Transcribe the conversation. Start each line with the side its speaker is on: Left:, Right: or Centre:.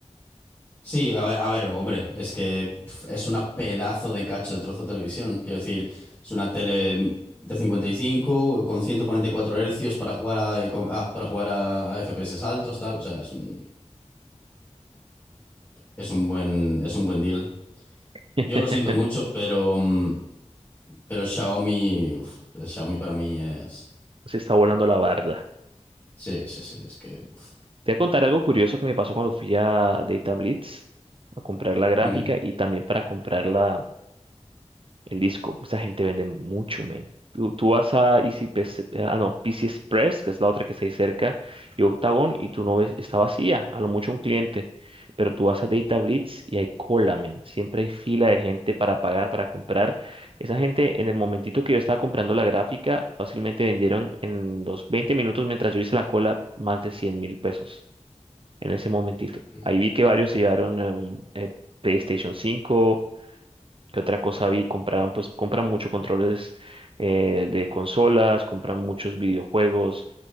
Left: Sí, a ver, a ver, hombre, es que pf, es una pedazo de cacho de trozo de televisión. Quiero decir, es una tele de 55 con 144 hercios para jugar a, eh, con- a- para jugar a, a FPS altos, tal. O sea, es un, es un buen, es un buen deal.
Right: <laughs>
Left: Yo lo siento mucho, pero, mm, pero Xiaomi, uf, Xiaomi para mí es,
Right: Se está volando la barda.
Left: sí, sí, sí, es que, uf.
Right: Te voy a contar algo curioso que me pasó cuando fui a Data Blitz a comprar la gráfica
Left: Ujú.
Right: y también para comprar la, en disco. Esa gente vende mucho, men. Tú, tú vas a Easy PC, ah, no, p c Express, que es la otra que está ahí cerca, y Octagon, y tú no ves, está vacía, a lo mucho un cliente. Pero tú vas a Data Blitz y hay cola, men. Siempre hay fila de gente para pagar, para comprar. Esa gente, en el momentito que yo estaba comprando la gráfica, fácilmente vendieron en los 20 minutos mientras yo hice la cola más de cien mil pesos. En ese momentito.
Left: Ujú.
Right: Ahí vi que varios se llevaron eh, un, eh, PlayStation cinco ¿Qué otra cosa vi? Compraron, pues compran mucho controles eh, de consolas, compran muchos videojuegos.